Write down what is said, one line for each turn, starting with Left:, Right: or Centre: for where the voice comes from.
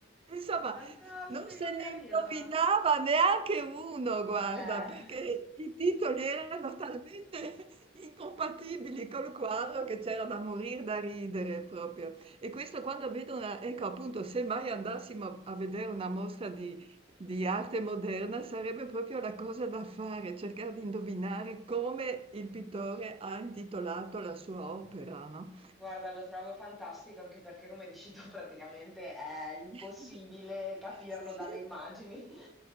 Right: Insomma,
Centre: Fantastico,
Right: non se ne
Centre: carino.
Right: indovinava neanche uno, guarda,
Centre: Eh.
Right: perché i titoli erano talmente <laughs> incompatibili col quadro che c'era da morire da ridere proprio. E questo quando vedo una, ecco appunto, se mai andassimo a vedere una mostra di, di arte moderna sarebbe proprio la cosa da fare, cercare di indovinare come il pittore ha intitolato la sua opera, no?
Centre: Guarda, lo trovo fantastico anche perché, come dici tu, <laughs> praticamente è impossibile
Right: <laughs>
Centre: capirlo
Right: Sì.
Centre: dalle immagini.